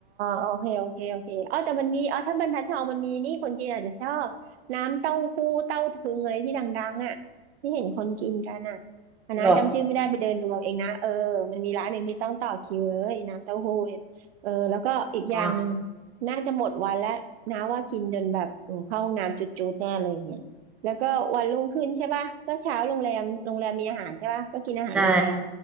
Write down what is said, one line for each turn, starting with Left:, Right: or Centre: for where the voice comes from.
Right: โอเคโอเคโอเคอ๋อแต่มันมีอ๋อถ้าบรรทัดทองมันมีนี่คนจีนอาจจะชอบน้ำเต้าหู้เต้าถึงอะไรที่ดังๆอ่ะที่เห็นคนกินกันอ่ะอันนะจำชื่อไม่ได้ไปเดินดูเอาเองนะเออมันมีร้านหนึ่งที่ต้องต่อคิวเลยน้ำเต้าหู้เนี่ยเออแล้วก็อีกอย่างหนึ่ง
Centre: เหรออ๋อ
Right: น่าจะหมดวันแล้วนะว่ากินจนแบบโอมเข้าห้องน้ำจุดๆแน่เลยเนี่ยแล้วก็วันรุ่งขึ้นใช่ป่ะก็เช้าโรงแรมโรงแรมมีอาหารใช่ป่ะก็กินอาหารโรงแรม
Centre: ใช่